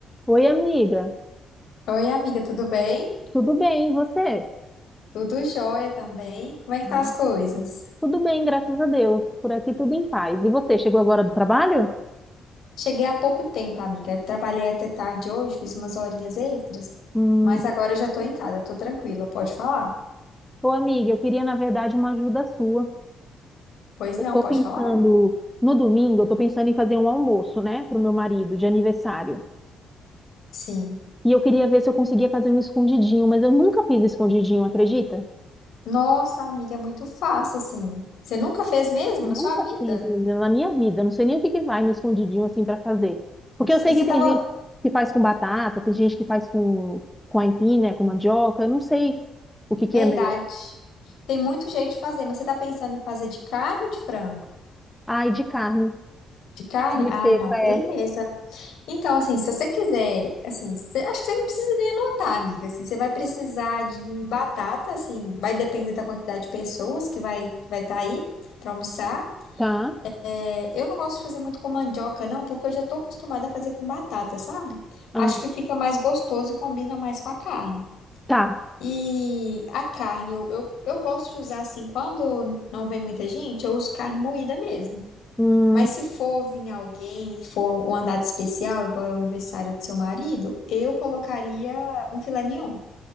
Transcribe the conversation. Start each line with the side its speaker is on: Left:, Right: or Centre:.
Centre: Oi, amiga.
Left: Oi, amiga, tudo bem?
Centre: Tudo bem, e você?
Left: Tudo jóia também. Como é que
Centre: Ah,
Left: tá as coisas?
Centre: Tudo bem, graças a Deus. Por aqui tudo em paz. E você, chegou agora do trabalho?
Left: Cheguei há pouco tempo, amiga. Trabalhei até tarde hoje, fiz umas horinhas extras,
Centre: Hum.
Left: mas agora eu já tô em casa, tô tranquila. Pode falar?
Centre: Ô, amiga, eu queria, na verdade, uma ajuda sua.
Left: Pois
Centre: Eu
Left: não,
Centre: tô
Left: pode
Centre: pensando,
Left: falar?
Centre: no domingo, eu tô pensando em fazer um almoço, né, pro meu marido de aniversário.
Left: Sim.
Centre: E eu queria ver se eu conseguia fazer um escondidinho, mas eu nunca fiz escondidinho, acredita?
Left: Nossa, amiga, é muito fácil assim. Você nunca fez mesmo
Centre: Nunca
Left: na sua vida?
Centre: fiz, menina, na minha vida. Eu Não sei nem o que que vai no escondidinho assim pra fazer. Porque
Left: Nossa,
Centre: eu sei
Left: E você
Centre: que
Left: tava.
Centre: tem gente que faz com batata, tem gente que faz com, com aipim, né, com mandioca. Eu não sei o que que
Left: Verdade.
Centre: é melhor.
Left: Tem muito jeito de fazer, mas você tá pensando em fazer de carne ou de frango?
Centre: Ai, de carne.
Left: De carne?
Centre: Carne
Left: Ah,
Centre: seca
Left: não, beleza.
Centre: é.
Left: Então, assim, se você quiser, assim, você- acho que você não precisa nem anotar, amiga, assim, você vai precisar de batata, assim, vai depender da quantidade de pessoas que vai que vai estar aí para almoçar.
Centre: Tá.
Left: É, eu não gosto de fazer muito com mandioca, não, porque eu já tô acostumada a fazer com batata, sabe?
Centre: Ah,
Left: Acho que fica mais gostoso e combina mais com a carne.
Centre: tá.
Left: E a carne, eu, eu, eu gosto de usar, assim, quando não vem muita gente, eu uso carne moída mesmo.
Centre: Hum,
Left: Mas se for vir alguém, for uma data especial, igual é o aniversário do seu marido, eu colocaria um filé mignon.